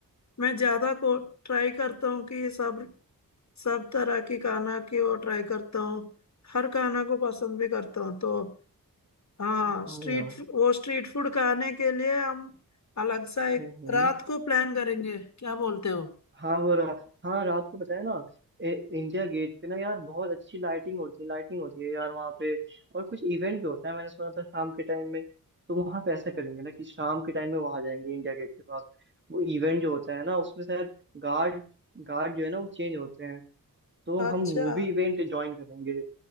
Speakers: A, on the left; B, on the right.
A: मैं ज्यादा को ट्राई करता हूँ कि सब सब तरह की गाना की वो ट्राई करता हूँ हर गाना को पसंद भी करता हूँ तो हाँ
B: हाँ
A: स्ट्रीट
B: यार
A: वो स्ट्रीट फूड खाने के लिए हम अलग सा एक
B: हम्म, हम्म।
A: रात को प्लान करेंगे क्या बोलते हो
B: हाँ वो रात हाँ रात को पता है ना ए, इंडिया गेट पे ना यार बहुत अच्छी लाइटिंग होती है लाइटिंग होती है यार वहाँ पे और कुछ इवेंट भी होता है मैंने सुना था शाम के टाइम में तो वहाँ पे ऐसा करेंगे ना कि शाम के टाइम में वहाँ जाएंगे इंडिया गेट के पास वो इवेंट जो होता है ना उसमें शायद गार्ड गार्ड जो है ना वो चेंज होते हैं तो हम
A: अच्छा
B: वो भी इवेंट ज्वाइन करेंगे